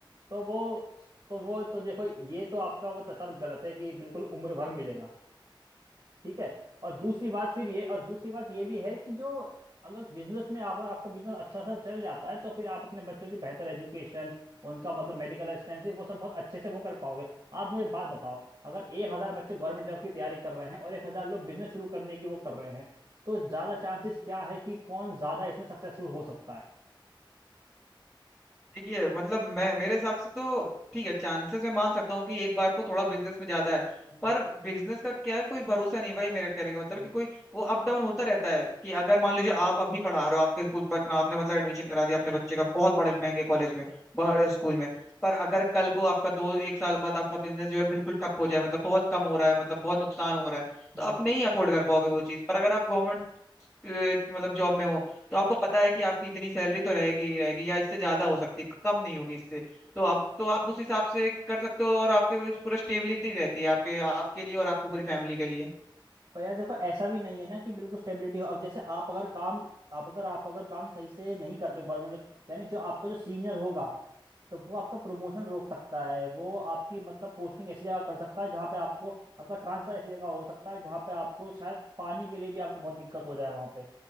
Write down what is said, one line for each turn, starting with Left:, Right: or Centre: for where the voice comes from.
Right: तो वो तो वो तो देखो ये तो आपका वो तर्क गलत है कि बिल्कुल उम्र भर मिलेगा ठीक है और दूसरी बात फिर ये और दूसरी बात ये भी है कि जो अगर बिजनेस में आप- अगर आपका बिजनेस अच्छा सा चल जाता है तो फिर आप अपने बच्चों की बेहतर एजुकेशन उनका मतलब मेडिकल असिस्टेंसी वो सब बहुत अच्छे से वो कर पाओगे आप मुझे बात बताओ अगर एक हजार बच्चे गवर्नमेंट जॉब की तैयारी कर रहे हैं और एक हजार लोग बिजनेस शुरू करने की वो कर रहे हैं तो ज्यादा चांसेस क्या है कि कौन ज्यादा इसमें सक्सेसफुल हो सकता है
Centre: देखिए मतलब मैं मेरे हिसाब से तो ठीक है चांसेस मैं मान सकता हूँ कि एक बार को थोड़ा बिजनेस में ज्यादा है
Right: हम्म,
Centre: पर बिजनेस का क्या है कोई भरोसा नहीं वही मेरा कहने का मतलब
Right: हम्म,
Centre: कि कोई वो अप डाउन होता रहता है कि अगर मान लीजिए आप अभी पढ़ा रहे हो आपके स्कूल के बच्चों आपने मतलब एडमिशन करा दिया अपने बच्चे
Right: हम्म,
Centre: का बहुत बड़े महंगे कॉलेज में बड़े
Right: हम्म,
Centre: स्कूल में पर अगर कल को आपका दो एक साल बाद आपका बिजनेस जो है बिल्कुल ठप हो जाए मतलब बहुत कम हो रहा है मतलब बहुत नुकसान हो रहा है
Right: हम्म,
Centre: तो आप नहीं अफोर्ड कर पाओगे वो चीज पर अगर आप गवर्नमेंट मतलब जॉब में हो तो आपको पता है कि आपकी इतनी सैलरी तो रहेगी ही रहेगी या इससे ज्यादा हो सकती है पर कम नहीं
Right: हम्म।
Centre: होगी इससे तो आप तो आप उस हिसाब से कर सकते हो और आपके पास पूरा स्टेबिलिटी रहती है आपके आपके लिए और आपके पूरी फैमिली के लिए
Right: पर यार देखो ऐसा भी नहीं है ना कि बिल्कुल स्टेबिलिटी हो अब जैसे आप अगर काम आप अगर आप अगर काम सही से नहीं करते गवर्नमेंट यानी जो आपका जो सीनियर होगा तो वो आपका प्रमोशन रोक सकता है वो आपकी मतलब पोस्टिंग ऐसी जगह कर सकता है जहाँ पे आपको आपका ट्रांसफर ऐसी जगह हो सकता है जहाँ पे आपको शायद पानी के लिए भी आपको बहुत दिक्कत हो जाए वहाँ पे